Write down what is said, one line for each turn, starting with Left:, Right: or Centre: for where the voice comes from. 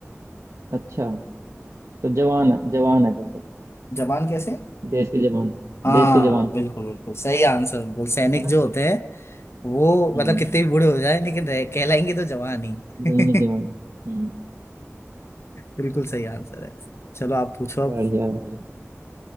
Right: अच्छा तो जवान है जवान है फिर तो
Left: जवान कैसे
Right: देश के जवान
Left: हाँ
Right: देश के जवान
Left: बिल्कुल बिल्कुल सही आंसर बिल्कुल सैनिक
Right: है ना
Left: जो होते हैं वो
Right: हम्म
Left: मतलब कितने भी बूढ़े हो जाए लेकिन रह- कहलाएंगे तो जवान ही
Right: लड़ाई
Left: <laughs>
Right: में जवान हम्म
Left: बिल्कुल सही आंसर है चलो आप पूछो
Right: बढ़िया
Left: अब।
Right: बढ़िया